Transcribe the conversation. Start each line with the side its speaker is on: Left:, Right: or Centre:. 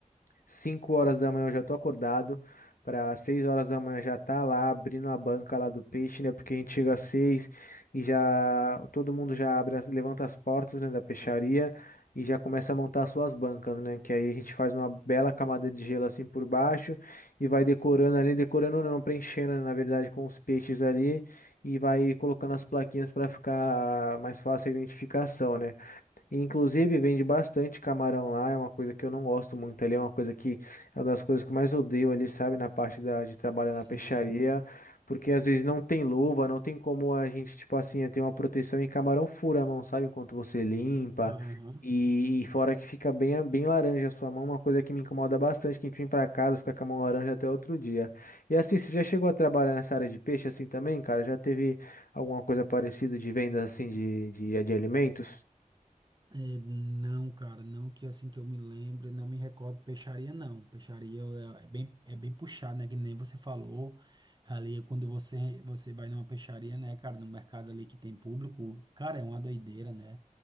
Left: 5 horas da manhã eu já tô acordado, para 6 horas da manhã já tá lá abrindo a banca lá do peixe, né? Porque a gente chega às 6 e já todo mundo já abre, as- levanta as portas, né, da peixaria e já começa a montar as suas bancas, né? Que aí a gente faz uma bela camada de gelo assim por baixo e vai decorando ali, decorando não, preenchendo, né, na verdade, com os peixes ali e vai colocando as plaquinhas para ficar mais fácil a identificação, né? Inclusive, vende bastante camarão lá, é uma coisa que eu não gosto muito ali, é uma coisa que é uma das coisas que eu mais odeio ali, sabe, na parte da, de trabalhar na
Right: sim.
Left: peixaria, porque às vezes não tem luva, não tem como a gente, tipo assim, ter uma proteção e camarão fura a mão, sabe, enquanto você limpa,
Right: Aham.
Left: e, e fora que fica bem, bem laranja a sua mão, uma coisa que me incomoda bastante, que a gente vem pra casa, fica com a mão laranja até outro dia. E assim, você já chegou a trabalhar nessa área de peixe assim também, cara? Já teve alguma coisa parecida de venda assim de, de de alimentos?
Right: É, não, cara, não que assim que eu me lembre, não me recordo, peixaria não, peixaria é é bem, é bem puxado, né, que nem você falou, ali quando você, você vai numa peixaria, né, cara, no mercado ali que tem público, cara, é uma doideira, né,